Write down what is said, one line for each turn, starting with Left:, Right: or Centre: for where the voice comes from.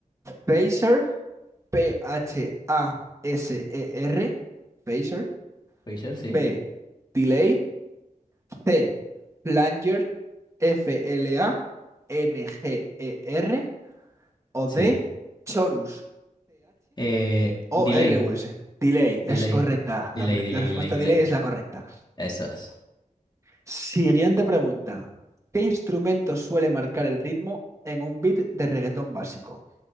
Right: Pacer, P-H-A-S-E-R, pacer,
Left: Phaser, sí.
Right: P, delay, T. Flanger, F-L-A-N-G-E-R o
Left: Sí.
Right: D. Chorus,
Left: Eh,
Right: C-H-O-R-U-S.
Left: delay,
Right: Delay
Left: delay.
Right: es correcta.
Left: Delay,
Right: La, pre-
Left: delay,
Right: la respuesta
Left: delay, delay.
Right: delay es la correcta.
Left: Eso, eso.
Right: Siguiente pregunta. ¿Qué instrumento suele marcar el ritmo en un beat de reggaetón básico?